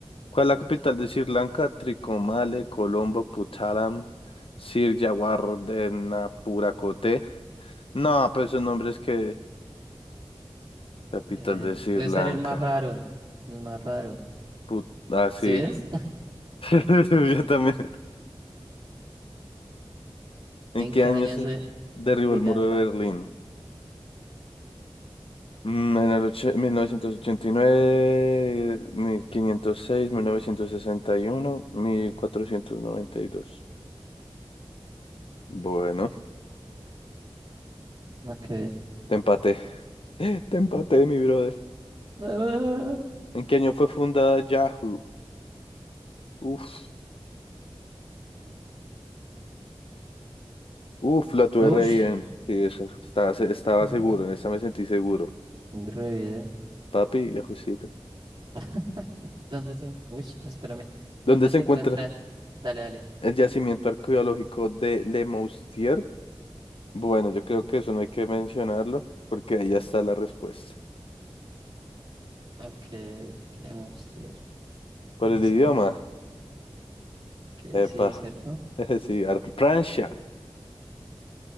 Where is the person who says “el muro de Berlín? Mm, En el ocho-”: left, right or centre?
Left